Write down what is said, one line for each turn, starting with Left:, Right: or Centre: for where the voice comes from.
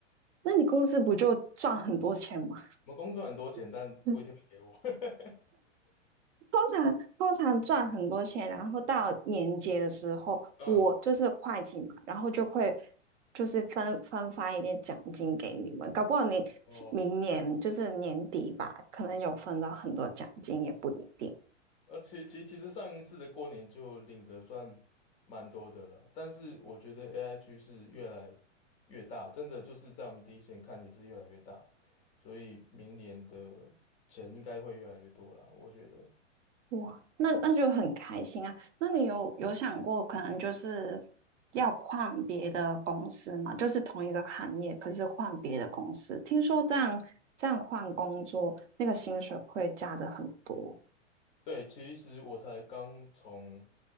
Right: 那你公司不就赚很多钱吗？
Left: 们工作很多钱，但不一定会给我。
Right: <laughs> 嗯
Left: <laughs>
Right: 通常通常赚很多钱，然后到年节的时候，
Left: 嗯，
Right: 我就是会计嘛，然后就会就是分分发一点奖金给你们，搞不好你明年就是年底吧，
Left: 哦。
Right: 可能有分到很多奖金也不一定。
Left: 呃，其其其实上一次的过年就领的算蛮多的了，但是我觉得 AI 趋势越来越大，真的就是在我们第一线看也是越来越大，所以明年的钱应该会越来越多啦，我觉得。
Right: 哇，那那就很开心啊！那你有有想过，可能就是要换别的公司吗？就是同一个行业，可是换别的公司。听说这样这样换工作，那个薪水会加的很多。
Left: 对，其实我才刚从